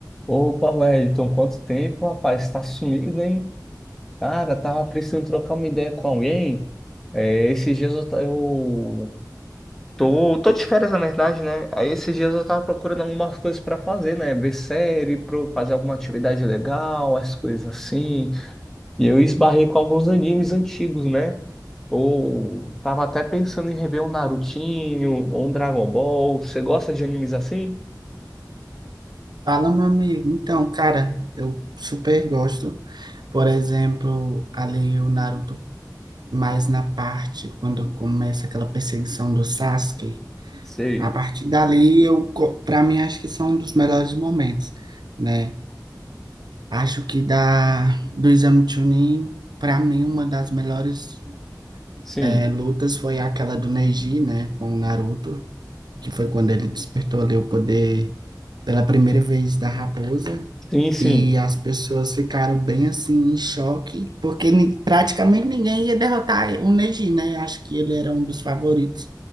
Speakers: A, in the centre; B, on the right.
A: Opa, Wellington, quanto tempo, rapaz? Tá sumido, hein? Cara, tava precisando trocar uma ideia com alguém. É, esses dias eu, ta- eu tô, tô de férias, na verdade, né? Aí esses dias eu tava procurando algumas coisas pra fazer, né? Ver série, pro- fazer alguma atividade legal, as coisas assim. E eu esbarrei com alguns animes antigos, né? Ou tava até pensando em rever um Narutinho ou um Dragon Ball. Você gosta de animes assim?
B: Fala, meu amigo. Então, cara, eu super gosto. Por exemplo, ali o Naruto, mais na parte quando começa aquela perseguição do Sasuke.
A: Sei.
B: A partir dali, eu, co- pra mim, acho que são um dos melhores momentos, né? Acho que da, do Exame Chunin, pra mim, uma das melhores
A: Sim,
B: eh, lutas foi aquela do Neji, né, com o Naruto, que foi quando ele despertou ali o poder pela primeira vez da raposa.
A: sim, sim.
B: E as pessoas ficaram bem assim em choque, porque ni- praticamente ninguém ia derrotar o Neji, né? Acho que ele era um dos favoritos,